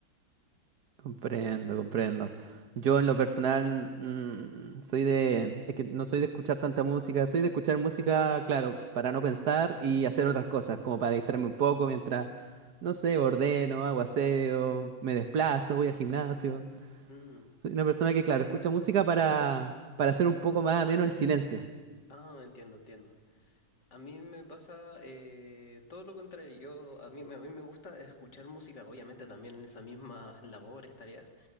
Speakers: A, on the right; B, on the left.
A: Comprendo, comprendo. Yo en lo personal mm, soy de, es que no soy de escuchar tanta música, soy de escuchar música, claro, para no pensar y hacer otras cosas, como para distraerme un poco mientras, no sé, ordeno, hago aseo, me desplazo, voy al gimnasio.
B: Mm.
A: Soy una persona que, claro, escucha música para, para hacer un poco más ameno el silencio.
B: Ah, entiendo, entiendo. A mí me pasa eh, todo lo contrario. Yo, a mí, me- a mí me gusta escuchar música, obviamente también en esas mismas labores, tareas,